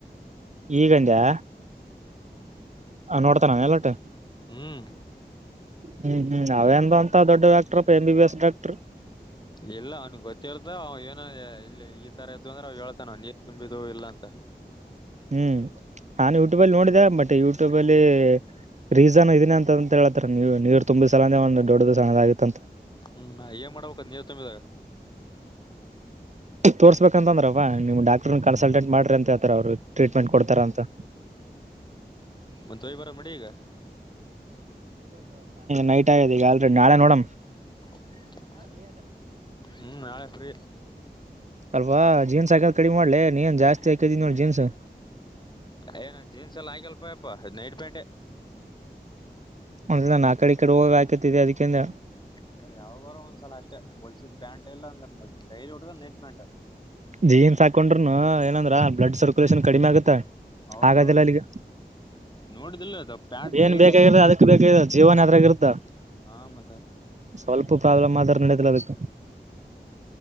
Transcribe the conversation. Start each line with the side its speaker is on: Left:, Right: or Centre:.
Right: ಈಗಂಡ್ಯಾ ನೋಡ್ತಾನ ಎಲ್ಲೊಟು.
Left: ಹ್ಮ್.
Right: ಹ್ಮ್ ಹ್ಮ್ ಅವೇಂದ ಅಂತ ದೊಡ್ಡಕ್ಟರ್ಪ್ಪ ಎಂಬ ಬಿ ಎಸ್ ಡಾಕ್ರ್.
Left: ಇಲ್ಲ ಅವ್ನ ಗೊತ್ತಿರ್ತ ಅವ ಏನ ಇಲ್ಲಿ ಈ ತರ ಇದದ್ದು ಅಂದ್ರೆ ಅವ ಹೇಳ್ತಾನ ಅವನ್ ಅಲ್ಲಿ. ತುಂಬಿದು ಇಲ್ಲ ಅಂತ.
Right: ಹ್ಮ್ ನಾನು ಯೂಟ್ಯೂಬ ಅಲ್ಲಿ ನೋಡಿದೆ ಬಟ್ ಯೂಟ್ಯೂಬ ಅಲ್ಲಿ ರೀಸನ್ ಇದನ ಅಂತ. ಹೇಳತಾರೆ ನೀವು ನೀರ್ ತುಂಬಿ ಸಲ ಅಂದ್ರೆ ಒಂದು ದೊಡ್ಡ ದು ಸಣ್ಣದಾಗುತ್ತೆ.
Left: ಹ್ಮ್ ನಾ ಏನ್ ಮಾಡ್ಬೇಕು ನೀರು ತುಂಬಿದಾಗ.
Right: ತೋರ್ಸ್ಬೇಕಂತಂದ್ರ ನಿಮ ಡಾಕ್ರ್ನ್ ಕನ್ಸಲ್ಟೆಟ್ ಮಾಡ್ರಿ ಅಂತ ಹೇಳ್ತಾರೆ ಅವರು ಟ್ರೀಟ್ಮೆಂಟ್ ಕೊಡ್ತಾರ ಅಂತ
Left: ಮತೆ ಹೋಗಿಬರೋಣ ನಡಿ ಇವಾಗ
Right: ನೈಟ್ ಆಗ್ಯತ ಈಗ ಎಲ್ಲಿ ನಾಳೆ ನೋಡ್
Left: <unintelligible> ಹ್ಮ್ ನಾಳೆ ಫ್ರೀ
Right: ಅಲ್ವಾ ಜೀನ್ಸ್ ಹಾಕದ್ ಕಡಿಮೆ ಮಾಡ್ಲೆ ನೀನ್ ಜಾಸ್ತಿ ಹಾಕಿದಿನಿ ನೋಡ ಜೀನ್ಸ್
Left: ಏನ್ ಜೀನ್ಸ್ ಎಲ್ಲ ಆಯಕಲ್ಪಪ್ಪ ನೈಟ್ ಪ್ಯಾಂಟ್
Right: ಒಂದ್ ನನ್ ಆ ಕಡೆ ಈ ಕಡೆ ಹೋಗೋ ಗ್ ಹಾಕೊತ್ತಿದೆ ಅದಕಂದ
Left: ಇಲ್ಲ ಯಾವಾಗಾರ ಒಂದ್ಸಲ ಅಷ್ಟೇ ಹೊಲ್ಸಿದ್ ಪ್ಯಾಂಟ್ ಎಲ್ಲ ಅಂದ ಡೈಲಿ ಹಟ್ಟ ನೆ ಪ್ಯಾಂಟ್
Right: ಜೀನ್ಸ್ ಹಾಕೊಂಡ್ರುನು ಏನಂದ್ರೆ ಆ ಬ್ಲಡ್ ಸರ್ಕ್ಯುಲೇಷನ್ ಕಡಿಮೆ ಆಗತ್ತಾ
Left: ಹೌದೌದು
Right: ಹಾಗದಿಲ್ಲ ಅಲ್ಲಿಗೆ
Left: ನೋಡಿದಿಲ್ಲ ಅದು ಪ್ಯಾಂಟ್
Right: ಏನ್
Left: ಟೈಟ್
Right: ಬೇಕಾಗಿರ್
Left: ಹಾಕೊಂಡ
Right: ಅದಕ್ಕೆ ಬೇಕಾಗಿರ್ ಜೀವನ್ ಅದ್ರಾಗ ಇರ್ತ್ತ
Left: ಹಾ ಮತ್ತೆ
Right: ಸ್ವಲ್ಪ ಪ್ರಾಬ್ಲಮ್ ಆದ್ರೂ ನಡದಿಲ್ಲ ಆದಕ